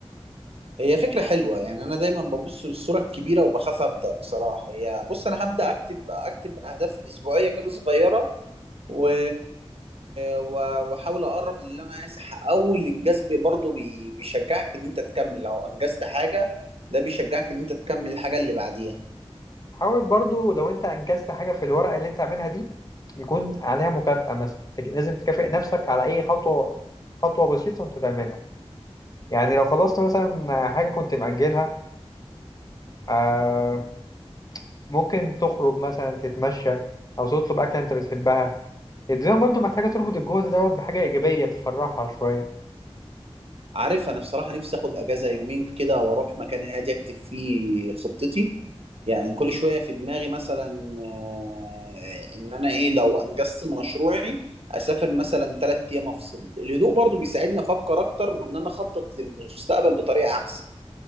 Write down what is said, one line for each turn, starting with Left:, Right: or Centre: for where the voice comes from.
Right: هي فكرة حلوة يعني أنا دايما ببص للصورة الكبيرة وبخاف أبدأ بصراحة هي بص أنا هبدأ أكتب أكتب أهداف أسبوعية كده صغيرة و... و- وأحاول أقرب للي أنا عايز أحققه والإنجاز بي- برضه بي... بيشجعك إن أنت تكمل لو أنجزت حاجة ده بيشجعك إن أنت تكمل الحاجة اللي بعديها
Left: حاول برضو لو أنت أنجزت حاجة في الورقة اللي أنت عاملها دي يكون عليها مكافأة مثلا تك- لازم تكافئ نفسك على أي خطوة خطوة بسيطة أنت تعملها يعني لو خلصت مثلا حاجة كنت مأجلها آه، ممكن تخرج مثلا تتمشى او تطلب اكله انت بتحبها الدنيا برضو محتاجه تربط الجهد دوت بحاجه ايجابيه تفرحها شويه
Right: عارف انا بصراحه نفسي اخد اجازه يومين كده واروح مكان هادي اكتب فيه خطتي يعني كل شويه في دماغي مثلا آه، ان انا ايه لو انجزت مشروعي اسافر مثلا ثلاث ايام افصل الهدوء برضو بيساعدني افكر اكتر وان انا اخطط للمستقبل بطريقه احسن